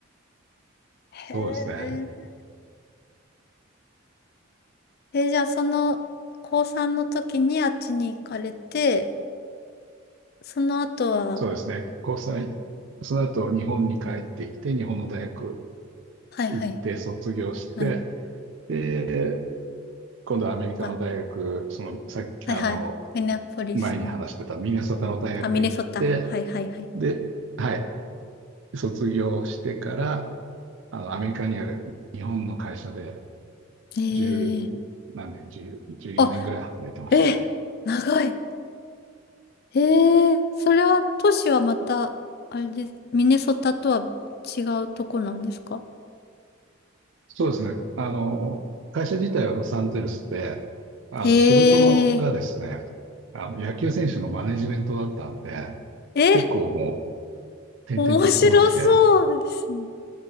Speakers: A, on the left; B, on the right.
A: へえ。
B: そうですね。
A: え、じゃあその、高3の時にあっちに行かれて、その後は、
B: そうですね。交際。その後日本に帰ってきて、日本の大学
A: はいはい、
B: 行って卒業して、
A: はいはい、
B: で、今度はアメリカの大学、
A: か、
B: そのさっき、
A: はいはい、
B: あの、
A: ミネアポリス、
B: 前に話してたミネソタの大学行って、
A: あ、ミネソタか、はいはいはい。
B: で、はい、卒業してから、あの、アメリカにある日本の会社で
A: ええ
B: 1何年、10 14年ぐらい働いてましたね。
A: あ、ええ、長い。へえ、それは都市はまた、あれです。ミネソタとは違うとこなんですか
B: そうですね。あの、会社自体はロサンゼルスで、あの、
A: へ
B: 仕事のがですね、
A: え、
B: あの、野球選手のマネジメントだったんで、
A: え、
B: 結構もう、
A: 面白そうですね。
B: 転々としてまして、